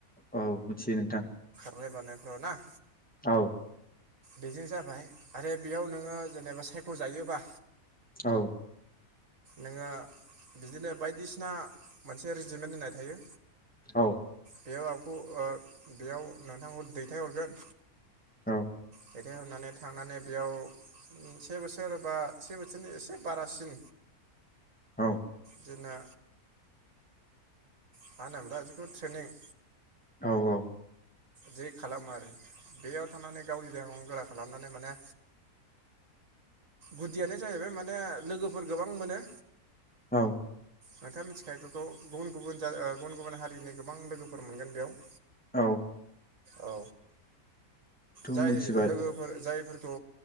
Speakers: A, in the centre; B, on the right (about 55°).
A: औ मिथियो नोंथां
B: <inaudible> र' ना
A: औ
B: बेजों जाबाय आरो बेयाव नोङो जेनेबा सायख' जायोबा
A: औ
B: नोङो बिदिनो बायदिसिना मोनसे रेजिमेन्ट होनाय थायो।
A: औ
B: बेयाव आंखौ ओ बेयाव नोंथांखौ दैथायहरगोन।
A: औ
B: दैेथायहरनानै थांनानै बेयाव उम से बोसोर बा से बोसोरनि एसे बारासिन
A: औ
B: जोंना मा होनोमब्रा जिखिनु थ्रेनिं
A: औ औ
B: जि खालामो आरो बेयाव थानानै गावनि देहाखौ गोरा खालामनानै माने गुदियानो जाहैबाय माने लोगोफोर गोबां मोनो।
A: औ
B: नोंथांङा मिथिखायो बेफोरखौ गुबुन गुबुन जा गुबुन गुबुन हारिनि गोबां लोगोफोर मोनगोन बेयाव।
A: औ।
B: औ। जाय
A: मोनथिबाय
B: लोगोफोर जायफोर खौ